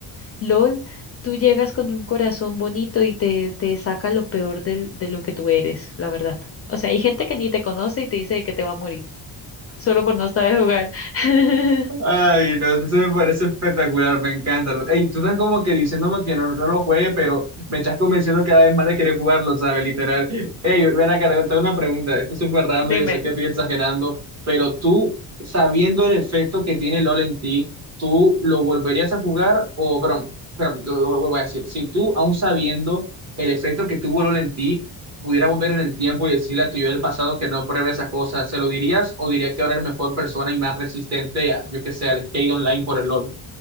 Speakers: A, on the left; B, on the right.
A: LOL, tú llegas con un corazón bonito y te, te saca lo peor del- de lo que tú eres, la verdad. O sea, hay gente que ni te conoce y te dice que te va a morir solo por no saber jugar. <laughs>
B: Ay, no, eso sí me parece espectacular, me encanta. Ey, tú estás como que diciéndome que no, no lo juegue, pero me estás convenciendo cada vez más de querer jugarlo, ¿sabes? Literal. Ey, ven acá, te tengo una pregunta. Esto es súper random,
A: Dime.
B: yo sé que estoy exagerando, pero tú, sabiendo el efecto que tiene LOL en ti, ¿tú lo volverías a jugar? O, perdón, perdón, lo, lo- lo voy a decir. Si tú, aún sabiendo el efecto que tuvo LOL en ti, pudiera volver en el tiempo y decirle a tu yo del pasado que no pruebe esa cosa, ¿se lo dirías o dirías que ahora es mejor persona y más resistente, a, yo que sé, al skate online por el LOL?